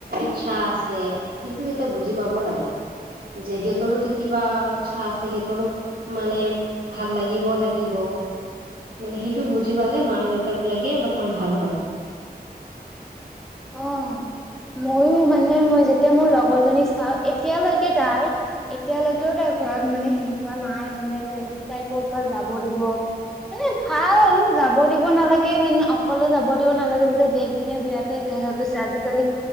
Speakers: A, on the right; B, in the centre.
A: ইচ্ছা আছে, সিটো সিহঁতে বুজি পাব লাগে, যে সিহঁতৰোতো কিবা ইচ্ছা আছে সিহঁতৰো মানে ভাল লাগিব লাগিব মানে সেইটো বুজি পালে মাক-দেউতাকবিলাকে অলপমান ভাল হয়
B: অ মইয়ো মানে মই যেতিয়া মোৰ লগৰ জনীক চাও এতিয়ালৈকে তাই এতিয়ালৈকেও তাৰ ঘৰত মানে সেনেকুৱা নাই মানে দেউতাকক যাব দিব মানে ভাল যাব দিব দিব নালাগে মানে অকলে যাব দিব নালাগে যতিয়া দেশ- দুনীয়া বিৰাতে বেয়া হৈ গৈছে আজিকালি